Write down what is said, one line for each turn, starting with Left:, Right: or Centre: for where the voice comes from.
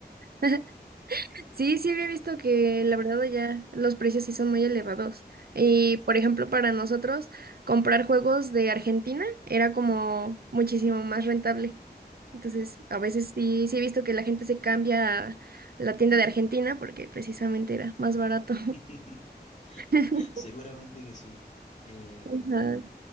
Right: <laughs> Sí, sí había visto que la verdad ya los precios sí son muy elevados. Y por ejemplo, para nosotros comprar juegos de Argentina era como muchísimo más rentable. Entonces, a veces sí, sí he visto que la gente se cambia a la tienda de Argentina porque precisamente era más barato.
Left: <laughs>
Right: <laughs>
Left: Seguramente que sí. Eh,
Right: Ajá.